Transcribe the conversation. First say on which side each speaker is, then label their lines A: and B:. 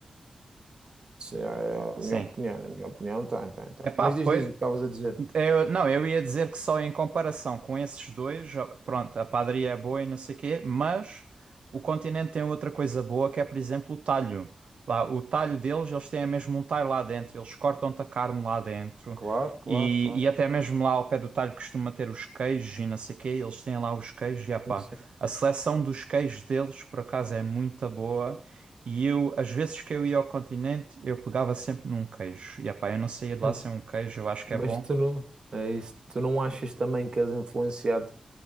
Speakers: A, on the right; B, on the right.
A: Isso é é
B: sim.
A: a minha opinião, na minha opinião, tem, tem, tem.
B: Epá,
A: Mas
B: pois,
A: diz, diz o que estavas a dizer.
B: Eu, não, eu ia dizer que só em comparação com esses dois, já- pronto, a padaria é boa e não sei quê, mas o continente tem outra coisa boa que é, por exemplo, o talho. Lá, o talho deles, eles têm mesmo um talho lá dentro, eles cortam-te a carne lá dentro
A: Claro, claro,
B: e,
A: claro.
B: e até mesmo lá ao pé do talho costuma ter os queijos e não sei quê, eles têm lá os queijos e epá,
A: Sim, sim.
B: a seleção dos queijos deles, por acaso, é muito boa. E eu, às vezes que eu ia ao continente, eu pegava sempre num queijo. E epá, eu não saía
A: <laughs>
B: de lá sem um queijo, eu acho que
A: Mas
B: é bom.
A: tu não, é isso. Tu não achas também que és influenciado?